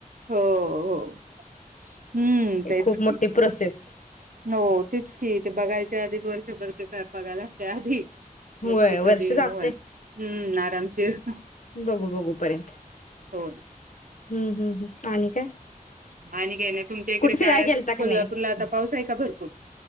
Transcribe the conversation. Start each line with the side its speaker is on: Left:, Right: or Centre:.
Right: हो हो हम्म
Left: एक
Right: तेच
Left: खूप मोठी
Right: की.
Left: प्रोसेस.
Right: हो तेच की. ते बघायच्या आधीच वर्षभरचे का बघायला त्या आधी
Left: व्हयं
Right: मग ते कधी
Left: वर्ष
Right: होईल
Left: जातयं.
Right: हम्म आरामशीर.
Left: बघू बघू पर्यंत --
Right: हो ना
Left: हम्म हम्म हम्म आणि काय?
Right: आणि काय नाई. तुमच्या इकडे
Left: कुठ फिराय
Right: काय
Left: गेलता का
Right: कोल्हापूरला
Left: नाही?
Right: आता पाऊस आहे का भरपूर